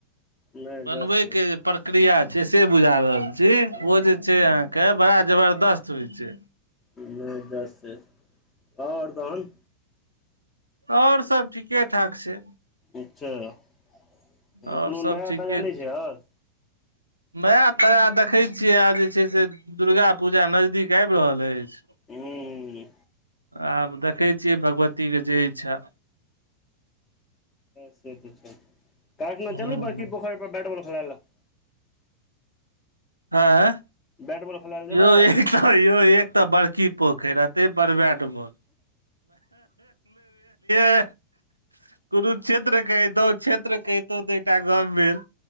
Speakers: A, on the left; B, on the right.
A: नहि
B: बनबैके
A: जस
B: जे प्रक्रिया छै से बुझा रहल छी
A: हूँ
B: ओ जे छै अहाँके बड़ा जबरदस्त होइ छै
A: नहि दस से और तहन
B: और सब ठीके ठाक छै
A: अच्छा आओर
B: आओर
A: कोनो
B: सब
A: नया
B: ठीके
A: ताजा नहि छै आओर
B: नया ताजा देखैत छियै आब जे छै से दुर्गा पूजा नजदीक आबि रहल अछि
A: <unintelligible> ह्म
B: आब देखै छियै भगवतीके जे इच्छा
A: से तऽ छै कायलखना
B: ह
A: चलू बड़की पोखैर पर बैट बॉल खेलाय लए
B: आइं
A: बैट बॉल खेलाय लए जेबै
B: यौ एक तऽ यौ एक तऽ बड़की पोखरि आ तै बड़बाडबोल <unintelligible> गुरु क्षेत्र कहितौ क्षेत्र कतौ तऽटा गम्भीर